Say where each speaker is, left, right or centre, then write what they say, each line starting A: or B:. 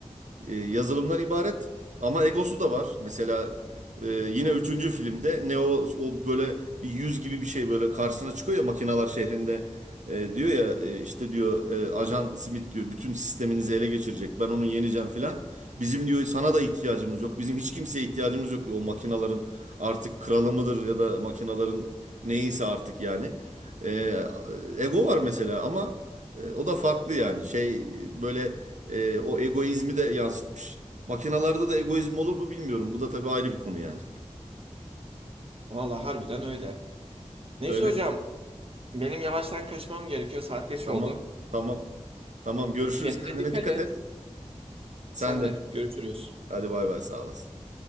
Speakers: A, on the right; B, on the right.
A: e, yazılımdan ibaret ama egosu da var. Mesela e, yine üçüncü filmde Neo o böyle bir yüz gibi bir şey böyle karşısına çıkıyor ya makinalar şehrinde E, diyor ya e, işte diyor e, Ajan Smith diyor bütün sisteminizi ele geçirecek ben onu yeneceğim filan. Bizim diyor sana da ihtiyacımız yok. Bizim hiç kimseye ihtiyacımız yok. diyor. O makinaların artık kralı mıdır ya da makinaların neyse artık yani. E, ego var mesela ama e, o da farklı yani. Şey böyle e, o egoizmi de yansıtmış. Makinalarda da egoizm olur mu bilmiyorum. Bu da tabii ayrı bir konu yani.
B: Valla harbiden öyle. Neyse
A: Öyle.
B: hocam, benim yavaştan kaçmam gerekiyor. Saat geç
A: Tamam.
B: oldu.
A: Tamam. Tamam. Görüşürüz.
B: Kendine
A: Kendine
B: dikkat
A: dikkat
B: et.
A: et. Sen
B: Sen
A: de.
B: de görüşürüz.
A: Hadi bay bay. Sağ olasın.